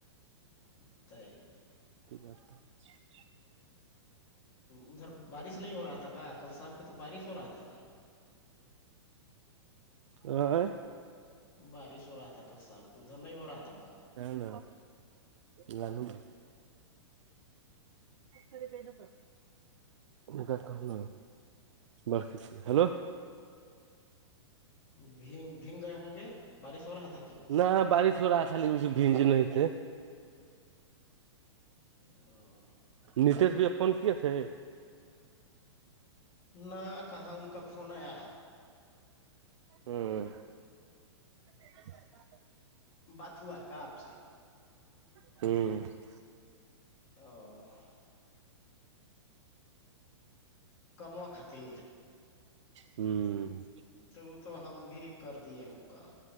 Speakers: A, on the left; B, on the right.
A: <unintelligible>
B: یکاتے <unintelligible>
A: ادھر بارش نہیں ہو رہا تھا کہ کل شام کی تو بارش ہو رہا تھا جی
B: ہ <unintelligible>
A: بارش ہو رہا تھا کل شام کو ادھر نہیں ہو رہا تھا کا
B: ن ن لانوں ن ا کر پ نا سک <unintelligible> گ کہ ن ب ہلو
A: بگ بھیگ گے ہوں گے بارس اور ہاتک
B: نہ بارش ہو رہا تھا لیکن اس بھیج نہیں تھے
A: ہاں
B: نیتیش بھیا فون کیے تھے
A: نہ کہاں ان کا فون آیا ہے
B: ہوں ج <inaudible>
A: بات ہوا ہے کہ آپ سے
B: ہوں
A: او کما خاطر
B: ہوں
A: تو وہ تو ہم بھی کر دیے ہوں کام